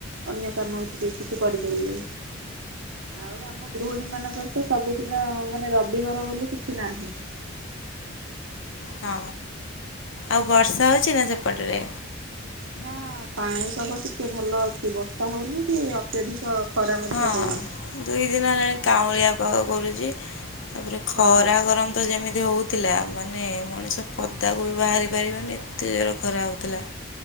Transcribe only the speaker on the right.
ଅନ୍ୟ କାମ ଟିକେ କିଛି କରିପାରିବେ। ଆଉ ଆମ ଗୃହିଣୀମାନଙ୍କର ତ ସବୁଦିନ ମାନେ ରବିବାର ବୋଲି କିଛି ନାହିଁ।
ନାଁ ପାଣିଶକ ଟିକେ ଭଲ ଅଛି ବର୍ଷା ହୋଉନି କି ଅତ୍ୟଧିକ ଖରା ମଧ୍ୟ
ହଉନି।
ହଁ